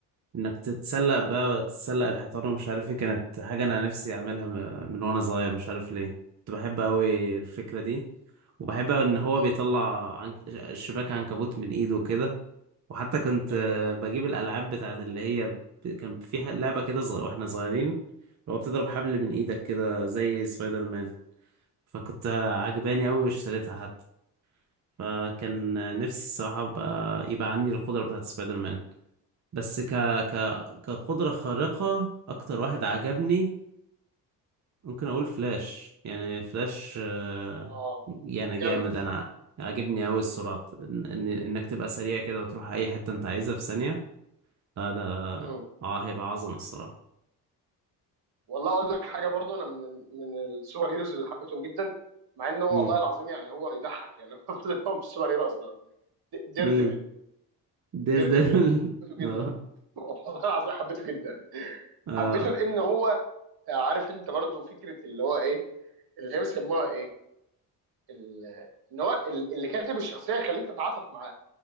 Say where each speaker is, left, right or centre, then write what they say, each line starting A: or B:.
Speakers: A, on the right (about 40°); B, on the right (about 55°).
A: انك تتسلق بقى تتسلق الحيطان ومش عارف ايه كانت حاجة انا نفسي اعملها م- من وانا صغير مش عارف ليه كنت بحب قوي الفكرة دي وبحب ان هو
B: امم
A: بيطلع عنك... شباك عنكبوت من ايده وكده وحتى كنت
B: ايوه
A: آه،
B: ايوه
A: بجيب الالعاب بتاعت اللي هي ب- كان فيها لعبة كده صغ... واحنا صغيرين اللي هو بتضرب حبل من ايدك كده زي سبايدر مان فكنت عجباني
B: مم.
A: أوي واشتريتها حتى فكان نفسي الصراحة بقى يبقى عندي القدرة بتاعت سبايدر مان بس ك... ك... كقدرة خارقة أكتر واحد عجبني ممكن أقول فلاش يعني فلاش آه،
B: اه
A: يعني
B: جامد
A: جامد أنا عاجبني أوي السرعة بت- إن... إن- إنك تبقى سريع كده وتروح أي حتة أنت عايزها في ثانية لا ده
B: امم
A: اه هيبقى عظمة الصراحة
B: والله اقول لك حاجه برضو انا من من السوبر هيروز اللي حبيتهم جدا مع انه هو
A: مم.
B: والله العظيم يعني هو يضحك يعني <laughs> المفروض ان هو مش سوبر هيرو اصلا دير
A: مين
B: ديفل
A: دير
B: دير
A: ديفل
B: ديفل
A: <laughs>
B: حبيته
A: اه
B: جدا <laughs> والله العظيم حبيته جدا
A: اه
B: حبيته لان هو عارف انت برضو فكره اللي هو ايه اللي هي بيسموها ايه ال- ان هو ال- اللي كاتب الشخصيه يخليك تتعاطف معاه